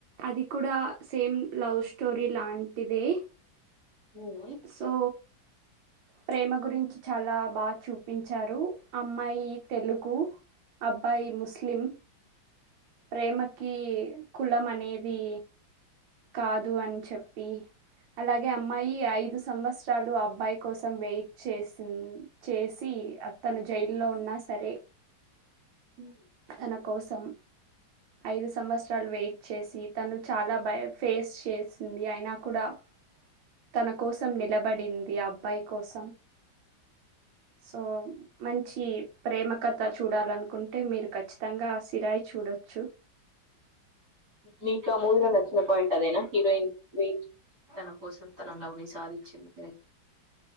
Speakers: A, on the right; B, on the right.
A: అది కూడా సేమ్ లవ్ స్టోరీ లాంటిదే.
B: హ్మ్.
A: సో ప్రేమ గురించి చాలా బాగా చూపించారు. అమ్మాయి తెలుగు అబ్బాయి ముస్లిం ప్రేమకి కులం అనేది కాదు అని చెప్పి అలాగే అమ్మాయి ఐదు సంవత్సరాలు అబ్బాయి కోసం వెయిట్ చేసిన్ చేసి అతను జైల్లో ఉన్నా సరే
B: ఉ
A: తన కోసం ఐదు సంవత్సరాలు వెయిట్ చేసి తను చాలా భయ ఫేస్ చేసింది. అయినా కూడా తన కోసం నిలబడింది అబ్బాయి కోసం సో మంచి ప్రేమ కథ చూడాలనుకుంటే మీరు ఖచ్చితంగా సిరాయి చూడ చ్చు
B: మీకు ఆ మూవీలో నచ్చిన పాయింట్ అదైనా హీరోయిన్ మీ తన కోసం తన లవ్ ని సాధించింది.